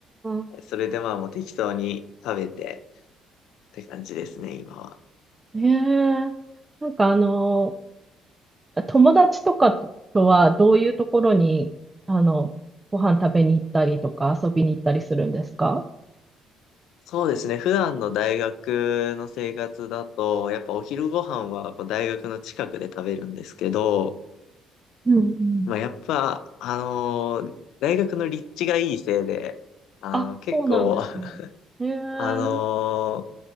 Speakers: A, on the right; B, on the left.
A: あ、
B: それでまあもう適当に食べてって感じですね、今は。
A: ねえ。なんかあの、友達とかとはどういうところに、あの、ご飯食べに行ったりとか遊びに行ったりするんですか
B: そうですね。普段の大学の生活だと、やっぱお昼ご飯はやっぱ大学の近くで食べるんですけど、
A: うんうん。
B: まあやっぱ、あのー大学の立地がいいせいで、あの、
A: あ、
B: 結構、
A: そうなんですね。
B: <laughs>
A: へえあ
B: あのー